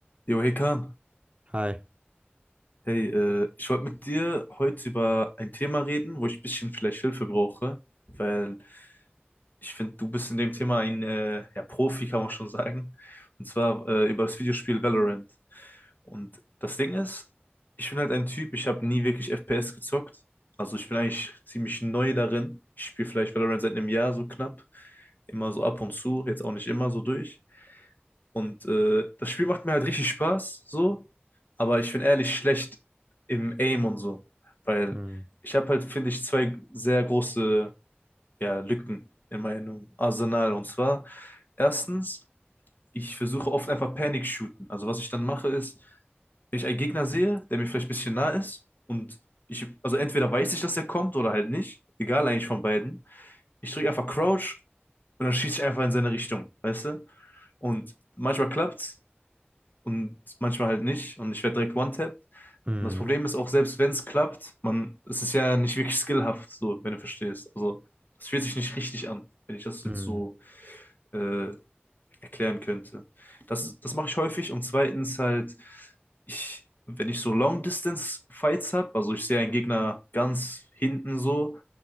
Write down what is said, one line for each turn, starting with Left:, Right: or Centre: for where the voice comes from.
Left: Jo, hey Kahn.
Right: Hi.
Left: Hey, äh, ich wollte mit dir heute über ein Thema reden, wo ich ein bisschen vielleicht Hilfe brauche, weil ich finde, du bist in dem Thema ein äh, ja, Profi, kann man schon sagen. Und zwar äh, über das Videospiel Valorant. Und das Ding ist, ich bin halt ein Typ, ich habe nie wirklich FPS gezockt. Also ich bin eigentlich ziemlich neu darin. Ich spiele vielleicht Valorant seit einem Jahr so knapp. Immer so ab und zu, jetzt auch nicht immer so durch. Und äh, das Spiel macht mir halt richtig Spaß, so. Aber ich bin ehrlich schlecht im Aim und so. Weil
Right: Mhm.
Left: ich habe halt, finde ich, zwei sehr große ja, Lücken in meinem Arsenal. Und zwar, erstens, ich versuche oft einfach Panic shooten. Also was ich dann mache ist, wenn ich einen Gegner sehe, der mir vielleicht ein bisschen nah ist und ich, also entweder weiß ich, dass er kommt oder halt nicht, egal eigentlich von beiden. Ich drücke einfach Crouch und dann schieße ich einfach in seine Richtung, weißt du? Und manchmal klappt's, und manchmal halt nicht. Und ich werde direkt one-tapped. Und
Right: Mhm.
Left: das Problem ist auch, selbst wenn es klappt, man, es ist ja nicht wirklich skillhaft, so, wenn du verstehst. Also, es fühlt sich nicht richtig an, wenn ich das jetzt
Right: Mhm.
Left: so äh, erklären könnte. Das, das mache ich häufig. Und zweitens halt, ich, wenn ich so Long-Distance-Fights habe, also ich sehe einen Gegner ganz hinten so